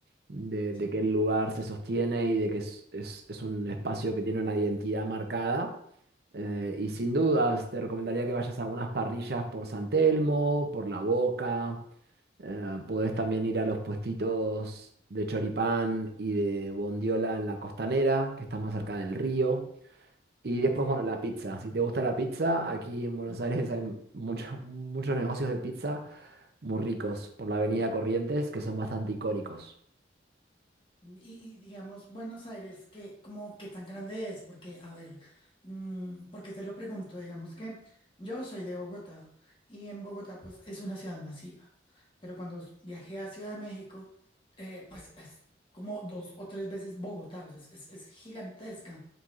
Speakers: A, on the right (about 55°); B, on the left (about 25°).
A: de,
B: Sí.
A: de que el lugar se sostiene y de que es, es- es un espacio que tiene una identidad marcada. Eh,
B: Ujú.
A: y sin dudas, te recomendaría que vayas a algunas parrillas por San Telmo, por La Boca. Eh, podés también ir a los puestitos de choripán y de bondiola en la costanera, que está más cerca del río. Y después,
B: Sí.
A: bueno, la pizza. Si te gusta la pizza, aquí en Buenos
B: Uf.
A: Aires hay muchos, <laughs> muchos negocios de pizza muy ricos por la Avenida Corrientes que son bastante icónicos.
B: Y, y digamos, Buenos Aires, ¿qué, como, qué tan grande es? Porque, a ver, mm, ¿por qué te lo pregunto? Digamos que yo soy de Bogotá y en Bogotá pues es una ciudad masiva, pero cuando s- viajé a Ciudad de México, eh, pues es como dos o tres veces Bogotá, o sea, es, es- es gigantesca.